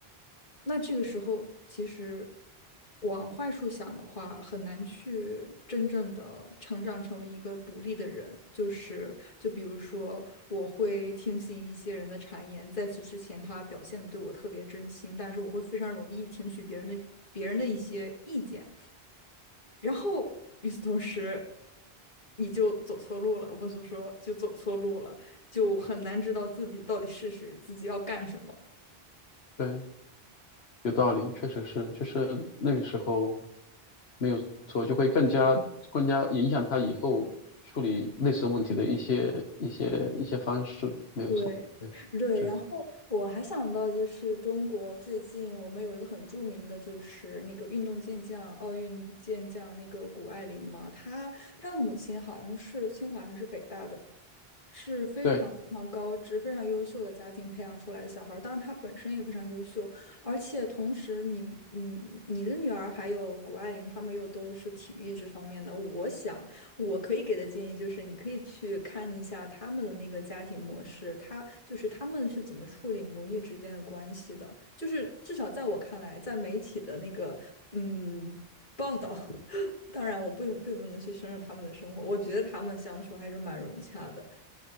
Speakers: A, on the left; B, on the left.
A: 那这个时候，其实往坏处想的话，很难去真正的成长成为一个独立的人。就是，就比如说，我会听信一些人的谗言，在此之前，他表现的对我特别真心，但是我会非常容易听取别人的别人的一些意见，然后与此同时，你就走错路了。我们所说就走错路了，就很难知道自己到底是谁，自己要干什么。
B: 对，有道理，确实是，就是那个时候没有错，就会更加更加影响他以后处理类似问题的一些一些一些方式，没有错，
A: 对，
B: 对，
A: <laughs> 对，
B: 是，
A: 然后我还想到就是中国最近我们有一个很著名的，就是那个运动健将、奥运健将那个谷爱凌嘛，她她的母亲好像是清华还是北大的，是非常非常高知、
B: 对，
A: 非常优秀的家庭培养出来的小孩儿当然他本身也非常优秀，而且同时你、你、你的女儿还有谷爱凌，她们又都是体育这方面的。我想我可以给的建议就是，你可以去看一下他们的那个家庭模式，他就是他们是怎么处理母女之间的关系的。就是至少在我看来，在媒体的那个嗯报道，<laughs> 当然我并并不能去深入他们的生活，我觉得他们相处还是蛮融洽的。